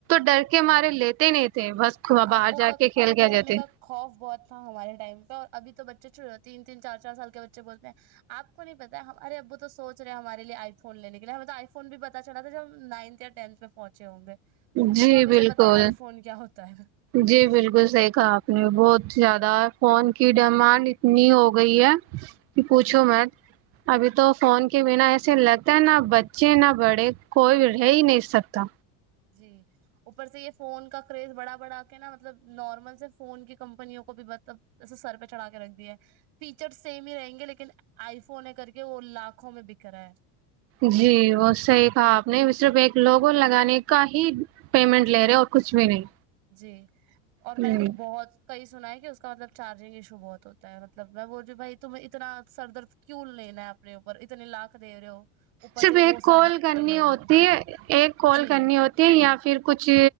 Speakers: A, on the right; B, on the right.
A: ڈر کے مارے لیتے نہیں تھے بس
B: ہاں
A: باہر
B: ابو
A: جا
B: کا
A: کے کھیل
B: ابو
A: کے
B: امی
A: جاتے
B: کا خوف بہت تھا ہمارے ٹائم پہ اور ابھی تو بچے چھوٹ جات تین تین چار چار سال کے بچے بولتے ہیں آپ کو نہیں پتا ہے ہم ار ابو تو سوچے ہمارے آئی فون ل لینے کے لیے ہمیں تو آئی فون بھی پتا چلا تھا جب ہم نائنتھ یا ٹینت میں پہنچے ہوں گے ان
A: جی
B: کو ابھی سے
A: بالکل
B: پتا ہے آئی فون کیا ہوتا ہے
A: جی بالکل سیکھا آپ نے بہت زیادہ فون کی ڈیمانڈ اتنی ہو گئی ہے کہ پوچھو میں ابھی تو فون کے بنا ایسے لگتے ہے نہ بچے نہ بڑے کوئی رہ ہی نہیں سکتا
B: جی اوپر سے یہ فون کا کریز بڑا بڑا کے نا مطلب نارمل سے فون کی کمپنیوں کو بھی مطلبے سر پہ چڑھا کے رکھ دیا فیچر سیم ہی رہیں گے لیکن آئی فون ہے کر کے وہ لاکھوں میں بکھ رہا ہے
A: جی وہ صحی کہا آپ نے صرف ایک لوگوں لگانے کا ہی پیمنٹ لے رہے اور کچھ بھی نہیں
B: جی <inaudible> اور
A: ہوں
B: میں نے تو بہت کئی سن ہے کہ اس کا مطلب چارجنگ ایشو بہت ہوتا ہے مطلب میں بول رہیوں بھائی تم ات سر درد کیوں لینا ہے اپنے اوپر اتنے لاکھ د رہے ہو اوپر
A: صرف
B: سے
A: ایک
B: وہ سر
A: کال
B: درد
A: کرنی
B: لے
A: ہوتی
B: رہے ہو
A: ہے ایک کال
B: جی
A: کرنی ہوتی ہے یا پھر کچھ